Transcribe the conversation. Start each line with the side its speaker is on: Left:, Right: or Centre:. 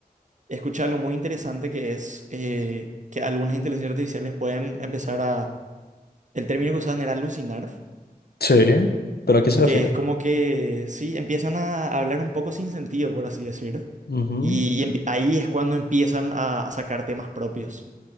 Right: escuché algo muy interesante que es eh, que algunas inteligencias artificiales pueden empezar a, el término que usaban era alucinar
Left: Sí, pero ¿a qué se refiere?
Right: que es como que, sí, empiezan a hablar un poco sin sentido, por así decir,
Left: Ujú.
Right: y, empi- ahí es cuando empiezan a, a sacar temas propios.